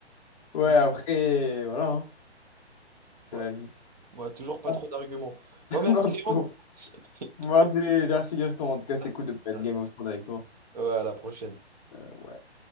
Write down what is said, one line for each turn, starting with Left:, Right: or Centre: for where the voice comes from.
Left: Ouais,
Right: Mm.
Left: après, voilà. hein. C'est
Right: Ouais.
Left: la vie.
Right: Ouais, toujours pas
Left: <laughs>
Right: trop d'arguments. Bon, merci
Left: Non,
Right: Léandre.
Left: non.
Right: <laughs>
Left: Moi, c'est merci Gaston. En tout cas, c'était
Right: Ah,
Left: cool de pouvoir
Right: ah.
Left: être Game of Thrones avec toi.
Right: Ouais, à la prochaine.
Left: Euh, ouais.